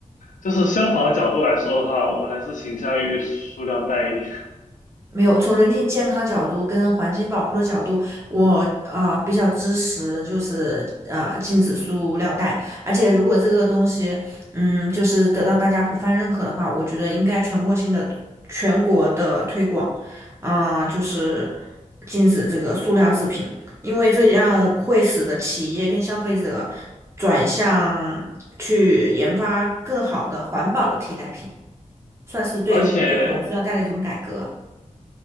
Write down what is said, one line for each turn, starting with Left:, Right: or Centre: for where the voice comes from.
Left: 就是消防的角度来说的话，我还是倾向于塑料袋一点，
Right: 没有，从人体健康角度跟环境保护的角度，我啊、呃比较支持，就是呃禁止塑料袋。而且如果这个东西，嗯，就是得到大家普泛认可的话，我觉得应该全国性的、全国的推广，啊、就是禁止这个塑料制品，因为这样会使得企业跟消费者转向去研发更好的环保的替代品，算是对于这种塑料袋的一种改革。
Left: 而且